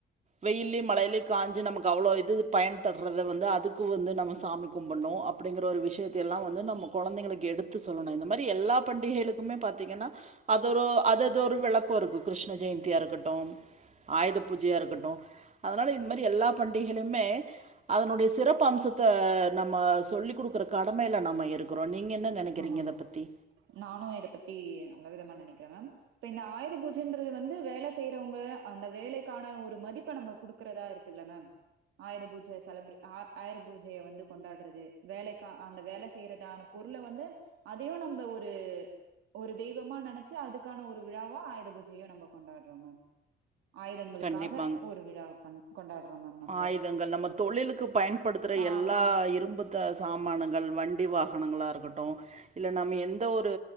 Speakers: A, on the right; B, on the right.
A: வெயிலையு மழைலையு காஞ்சு நமக்கு அவ்ளோ இது பயன் தரத வந்து அதுக்கு வந்து நம்ம சாமி கும்பிடணு அப்டிங்கிற ஒரு விஷயத்த எல்லா வந்து நம்ம கொழந்தைங்களுக் கு எடுத்து சொல்லனு இந்த மாரி எல்லா பண்டிகைலுக்குமே பாத்தீங்கன்னா அதொரு அது அதொரு வெளக்கோ இருக்கு கிருஷ்ண ஜெயந்தியா இருக்கட்டு ஆயுத பூஜையா இருக்கட்டு அதனால இதுமாறி எல்ல பண்டிகைலுமே அதனுடைய சிறப்பு அம்சத்த நம்ம சொல்லிக் குடுக்கற கடமைலா நம்ம இருக்குறோ நீங்க என்ன நெனைக்கிறீங்க
B: ஆமாமா
A: இத பத்தி
B: நானு இத பத்தி நல்ல விதமா நெனைக் கிறே இப்ப இந்த ஆயுத பூஜன்றது வந்து வேல செய்றவங்க அந்த வேலைக்கான ஒரு மதிப்ப நம்ம குடுக்றதா இருக்குல்ல மேம் ஆயுத பூஜ செலப்ர ஆ ஆயுர பூஜைய வந்து கொண்டாடுறது வேலைக் அந்த வேல செய்றதான பொருள வந் து அதையு நம்ம ஒரு ஒரு தெய்வமா நெனச்சு அதுக்கான ஒரு விழாவா ஆயுத பூஜையு நம்ம கொண்டாடுறோ மேம் ஆயுதங்களுக்காக
A: கண்டிப்பாங்க
B: ஒரு விழாவ கொண் கொண்டாடுறோ மேம் நம்ப
A: ஆயுதங்கள் நம்ம தொழிலுக்கு பயன்படுத்துகிற
B: ஆஹ்
A: எல்லா
B: பன்
A: இரும்பு த சாமானங்கள் வண்டி வாகனங்களா இருக்கட்டு இல்ல நம்ம எந்த ஒரு